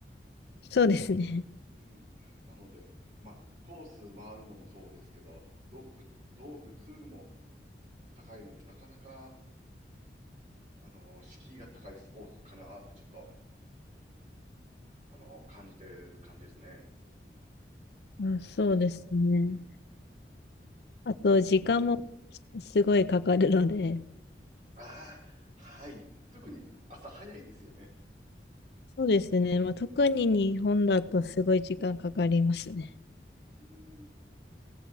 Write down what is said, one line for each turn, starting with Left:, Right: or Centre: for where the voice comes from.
Left: そうですね。
Right: うん。なので、まあ、コース回るのもそうですけど、道具、道具、ツールも高いので、なかなか、あのー敷居が高いスポーツかなってちょっと、あのー感じてる感じですね。
Left: あ、そうですね。
Right: うん。
Left: あと、時間も
Right: うん
Left: すごいかかるので、
Right: ああ、はい。特に朝早いですよね。
Left: そうですね。まあ、特に日本だとすごい時間かかりますね。
Right: うーん、